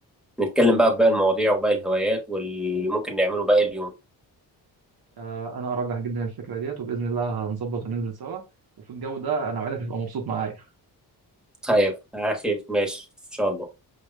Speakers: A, in the centre; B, on the right.
A: نتكلم بقى في باقي المواضيع وباقي الهوايات واللي ممكن نعمله باقي اليوم
B: آه، انا ارجح جدا الفكره ديت وباذن الله هنظبط وننزل سوا وفي الجو ده انا وعدك هتبقى مبسوط معايا
A: طيب على خير ماشي ان شاء الله